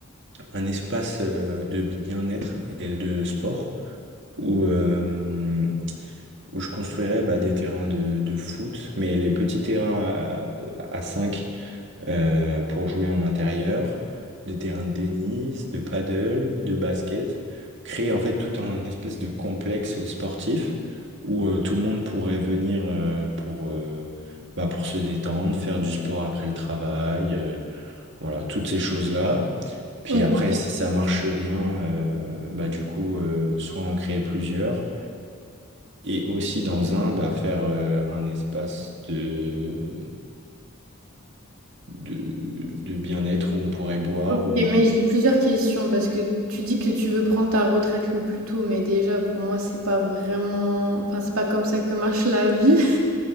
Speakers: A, on the right; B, on the right.
A: un espace euh, de bien-être et de sport où, euh, où je construirais bah, des terrains de, de foot, mais les petits terrains à, 5 euh, pour jouer en intérieur, des terrains de tennis, de paddle, de basket, créer en fait tout un espèce de complexe sportif où euh, tout le monde pourrait venir euh, pour, euh, bah, pour se détendre, faire du sport après le travail, euh, voilà, toutes ces choses-là. Puis
B: Ok,
A: après, si ça marche bien, euh, bah, du coup, euh, soit en créer plusieurs et aussi dans un, bah, faire euh, un espace de, de, de bien-être où on pourrait boire
B: ok,
A: ou manger.
B: mais j'ai plusieurs questions parce que tu dis que tu veux prendre ta retraite le plus tôt, mais déjà, pour moi, c'est pas vraiment, enfin, c'est pas comme ça que marche la vie.